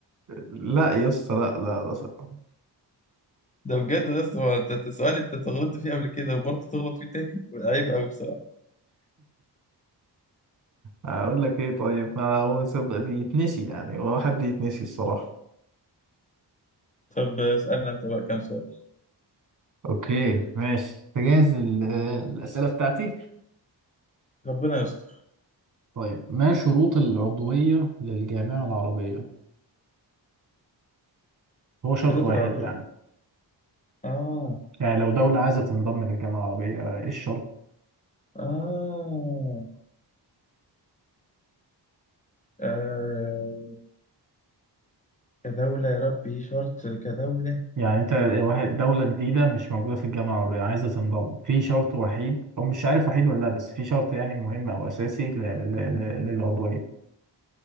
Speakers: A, on the right; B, on the left.
A: لا يا اسطى لا لا لا صراحة.
B: ده بجد بس هو انت أنت سؤال انت غلطت فيه قبل كده وبرضه تغلط فيه تاني عيب قوي بصراحة
A: اقول لك ايه طيب ما هو سب- يتنسي يعني هو حد يتنسي الصراحة
B: طب اسألنا انت بقى كام سؤال
A: اوكي ماشي تجهز ال- الأسئلة بتاعتي
B: ربنا يستر
A: طيب ما شروط العضوية للجامعة العربية هو شرط
B: شروط
A: واحد
B: العضوية
A: يعني
B: اه
A: يعني لو دولة عايزة تنضم للجامعة العربية ايه الشرط
B: اه آه، كدولة يا ربي شرط كدولة
A: يعني انت واحد دولة جديدة مش موجودة في الجامعة العربية عايزة تنضم في شرط وحيد او مش عارف وحيد ولا لا بس في شرط يعني مهم او اساسي ل- ل- ل- للعضوية